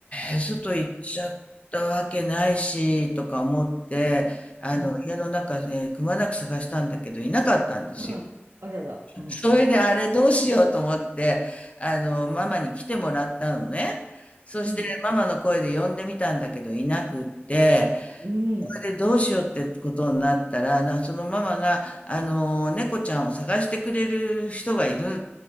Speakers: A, on the left (about 30°); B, on the right (about 60°).
A: えー外行っちゃったわけないし、とか思って、あの、
B: うん。
A: 家の中ね、くまなく探したんだけど、いなかったんですよ。
B: はい。あらら。うん。
A: それであれどうしようと思って、あの、ママに来てもらったのね。そしてママの声で呼んでみたんだけどいなくって、
B: うん。うん。
A: それでどうしようってことになったら、な、そのママが、あの、猫ちゃんを探してくれる人がいるっ